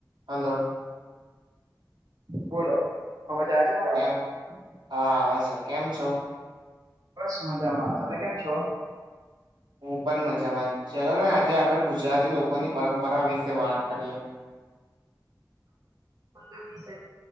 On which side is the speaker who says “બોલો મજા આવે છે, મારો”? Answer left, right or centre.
Right